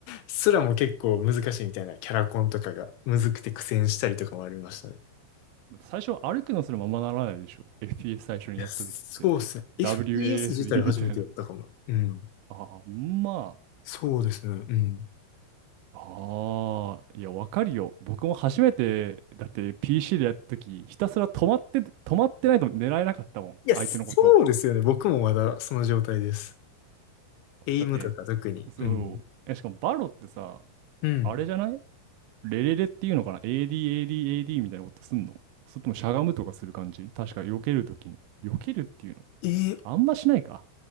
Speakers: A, on the left; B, on the right.
A: すらも結構難しいみたいな、キャラコンとかがむずくて苦戦したりとかもありましたね。
B: う。最初歩くのすらままならないでしょ。FPS 最初にやった時って。
A: いやそうですね。FPS
B: WASD
A: 自体初めてやったかも。
B: <laughs> みたいな。
A: うん。
B: ああ、まあ。
A: そうですね。うん。
B: ああ、いや、わかるよ。僕も初めて、だって PC でやった時、ひたすら止まって、止まってないと狙えなかったもん。
A: いや、
B: 相手のこと。
A: そうですよね。僕もまだその状態です。エイムとか特に。
B: だって、そう。
A: うん。
B: え、しかもバロってさ、
A: うん。
B: あれじゃないレレレっていうのかな ?ADADAD みたいなことすんのそれともしゃがむとかする感じ確か避けるときに。避けるっていうの
A: えー、
B: あんましないか。